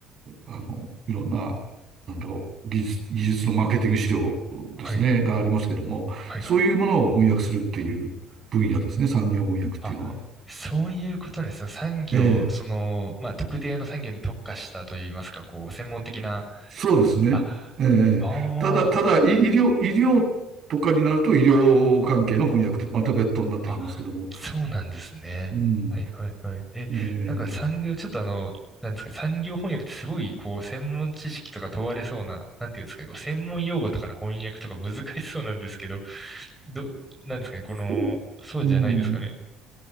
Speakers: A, on the right; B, in the centre.
A: あの、いろんな、なんだろう、技術、技術のマーケティング資料ですね、
B: はい、
A: がありますけども、
B: はい、
A: そういうものを翻訳するっていう分野ですね、
B: はい。
A: 産業翻訳っていうのは。
B: あ、そういうことですね。産業、
A: ええ、
B: その、まあ、特定の産業に特化したといいますか、こう、専門的な、
A: そうですね。
B: あ、
A: ええ、
B: あ
A: ただ、ただ、医医療、医療とかになると、医療関係の翻訳ってまた別途になってきますけども、
B: あ、あ、そうなんですね。
A: うん、
B: はいはいはい。え、
A: ええ、
B: なんか産業、ちょっとあの、なんですか、産業翻訳ってすごい、こう、専門知識とか問われそうな、なんていうんですかね、こう、専門用語とかの翻訳とか難しそうなんですけど、ど、なんですかね、この、
A: そ
B: そうじゃないですかね。
A: ううん、